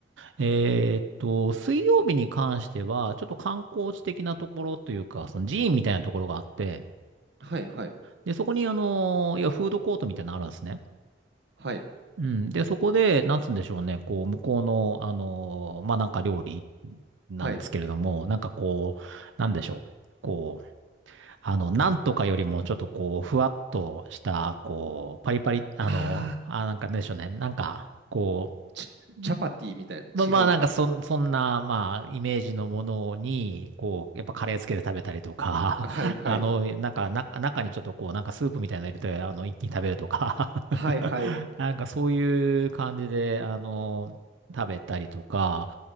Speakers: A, on the right; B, on the right.
A: えっと、水曜日に関しては、ちょっと観光地的なところというか、その寺院みたいなところがあって、
B: はい、はい、
A: で、そこに、あの、いや、フードコートみたいなのあるんですね。
B: はい、
A: うん。で、そこで、なんつうんでしょうね、こう、向こうの、あのーまあ、なんか料理なんですけれども、
B: はい。
A: なんかこう、なんでしょう。こう、あの、なんとかよりも、ちょっとこう、ふわっとした、こう、パリパリ、あの、
B: あー、
A: あ、なんかなんでしょうね、なんか、こ
B: チチャパティみたいな、
A: う、まあまあ、
B: 違うか。
A: なんかそん、そんな、まあ、イメージのものに、こう、やっぱカレーつけて食べたりとか、
B: はいはい。
A: <laughs> あの、なんか、な、中にちょっとこう、なんかスープみたいなの入れて、あの、一気に食べるとか、
B: はいはい。
A: <laughs> なんかそういう感じで、あの、食べたりとか、